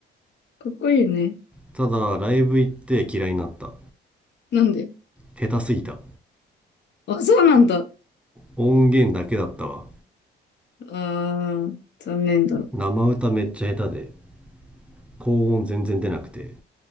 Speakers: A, on the left; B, in the centre.
A: かっこいいね。
B: ただライブ行って嫌いになった
A: なんで
B: 下手すぎた
A: あ、そうなんだ。
B: 音源だけだったわ
A: あー、残念だ。
B: 生歌めっちゃ下手で高音全然出なくて